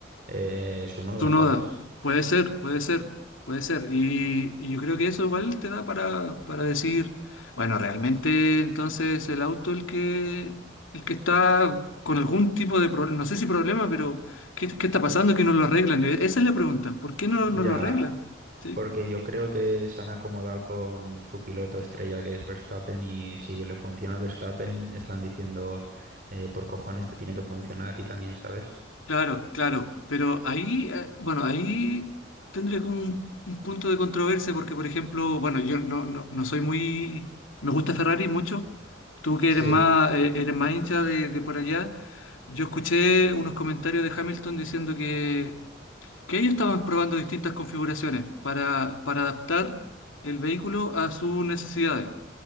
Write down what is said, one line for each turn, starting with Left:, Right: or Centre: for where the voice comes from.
Right: eh, Tsunoda,
Left: Tsunoda,
Right: ¿sabes?
Left: puede ser, puede ser, puede ser. Y, y yo creo que eso igual te da para, para decir, bueno, realmente entonces el auto el que, el que está con algún tipo de problema, no sé si problema, pero ¿qué, qué está pasando que no lo arreglan? E, Esa es la pregunta, ¿por qué no,
Right: Ya,
Left: no lo arreglan? ¿Sí?
Right: Porque yo creo que se han acomodado con su piloto estrella que es Verstappen y si le funciona a Verstappen están diciendo eh, por cojones te tiene que funcionar a ti también, ¿sabes?
Left: Claro, claro, pero ahí, eh, bueno, ahí tendría como un, un punto de controversia porque, por ejemplo, bueno, yo no, no, no soy muy, me gusta Ferrari mucho, tú que
Right: Sí,
Left: eres más, eh, eres más hincha de, de por allá, yo escuché unos comentarios de Hamilton diciendo que, que ellos estaban probando distintas configuraciones para, para adaptar el vehículo a sus necesidades.